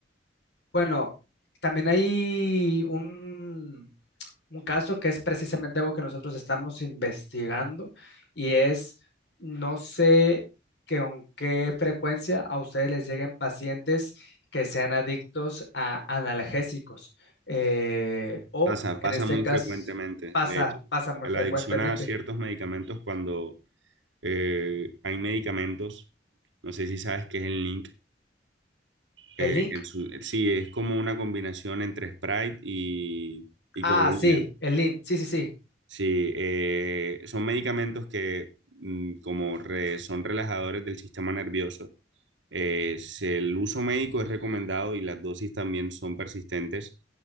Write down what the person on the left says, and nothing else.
Bueno, también hay un, un caso que es precisamente algo que nosotros estamos investigando y es, no sé que con qué frecuencia a ustedes les lleguen pacientes que sean adictos a analgésicos eh, o
en
este
caso
pasa,
pasa muy
frecuentemente.
¿El
link?
Ah,
sí, el link, sí, sí, sí,